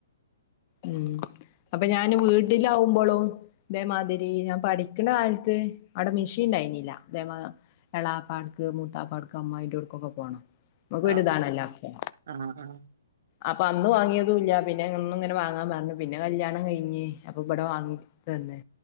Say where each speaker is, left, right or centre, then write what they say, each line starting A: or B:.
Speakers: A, on the left; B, on the right.
A: ഉം അപ്പൊ ഞാന് വീട്ടിലാാവുമ്പോളും ഇതേമാതിരി ഞാൻ പഠിക്കുന്ന കാലത്ത് അവിടെ മെഷീൻണ്ടായിനില്ല അതേ എളാപ്പാട്ക്ക് മൂത്താപ്പാടക്ക് അമ്മായിട്ടർക്കൊക്കെ പോണം നമുക്കൊരു
B: ആഹ്
A: ഇതാണല്ലോ അതൊക്കെ
B: ആഹ് ആഹ്
A: അപ്പൊ അന്ന് വാങ്ങിയതും ഇല്ല പിന്നെ എന്നുംഇങ്ങനെ വങ്ങൻ പറഞ്ഞ് പിന്നെ കല്യാണം കഴിഞ്ഞ് അപ്പൊ ഇവിടെ വാങ്ങി തന്നെ